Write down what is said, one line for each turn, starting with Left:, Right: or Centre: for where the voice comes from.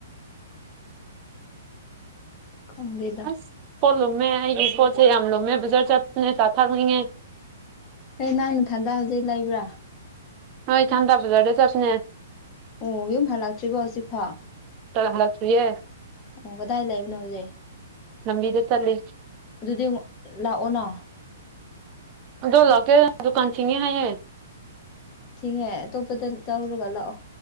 Left: ꯈꯪꯗꯦ
Right: ꯑꯁ ꯄꯣꯠ ꯂꯨꯝꯃꯦ ꯑꯩꯒꯤ ꯄꯣꯠꯁꯦ ꯌꯥꯝ ꯂꯨꯝꯃꯦ ꯕꯖꯥꯔ ꯆꯠꯄꯉꯦ ꯆꯥ ꯊꯥꯛꯅꯤꯡꯉꯦ
Left: ꯑꯩ ꯅꯪ ꯅꯊꯟꯗꯥ ꯍꯧꯖꯤꯛ ꯂꯩꯕ꯭ꯔꯥ
Right: ꯍꯣꯏ ꯏꯊꯟꯇ ꯕꯖꯥꯔꯗ ꯆꯠꯄꯅꯦ
Left: ꯑꯣ ꯌꯨꯝ ꯍꯜꯂꯛꯇ꯭ꯔꯤꯕꯣ ꯍꯧꯖꯤꯛꯐꯥꯎ
Right: <unintelligible> ꯍꯜꯂꯛꯇ꯭ꯔꯤꯌꯦ
Left: ꯑꯣ ꯀꯗꯥꯏ ꯂꯩꯕꯅꯣ ꯍꯧꯖꯤꯛ
Right: ꯂꯝꯕꯤꯗ ꯆꯠꯂꯤ
Left: ꯑꯗꯨꯗꯤ ꯃꯨꯛ ꯂꯥꯛꯑꯣꯅ
Right: ꯑꯗꯣ ꯂꯥꯛꯀꯦ ꯗꯨꯀꯥꯟ ꯊꯤꯡꯉꯦ ꯍꯥꯏꯌꯦ
Left: ꯊꯤꯡꯑꯦ ꯑꯇꯣꯞꯄꯗ ꯇꯧꯔꯒ ꯂꯥꯛꯑꯣ꯫